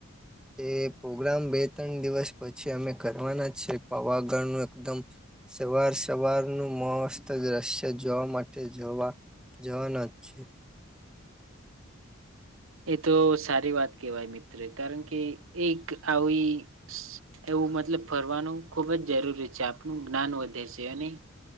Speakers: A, in the centre; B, on the right (about 65°).
A: એ પ્રોગ્રામ બે ત્રણ દિવસ પછી અમે કરવાના છે પાવાગળ નો એકદમ સવાર સવારનું મહસ્ત જ દ્રશ્ય જોવા માટે જોવા જવાના જ છે.
B: એ તો સારી વાત કેહેવાય મિત્ર કારણ કે એક આવી સ જો ખૂબ મતલબ ફરવાનું ખુબ જ જરૂરી છે આપણું જ્ઞાન વધે છે અને